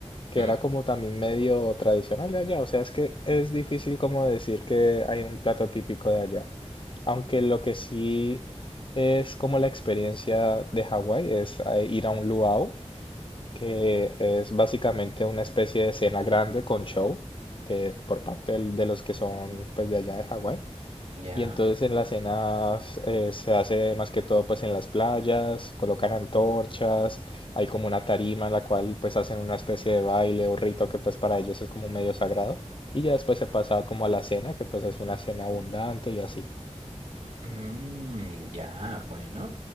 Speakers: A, on the left; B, on the right.
A: que
B: Mm,
A: era como también medio tradicional de allá. O sea, es que es difícil como decir que hay un plato típico de allá. Aunque lo que sí es como la experiencia de Hawái es eh, ir a un luau, que es básicamente una especie de cena grande con show de, por parte del- de los que son pues de allá de Hawái.
B: Ya.
A: Y entonces en las cenas eh, se hace más que todo pues en las playas, colocan antorchas, hay como una tarima en la cual pues hacen una especie de baile o rito que pues para ellos es como medio sagrado y ya después se pasa como a la cena que pues es una cena abundante y así.
B: Mm, ya, bueno.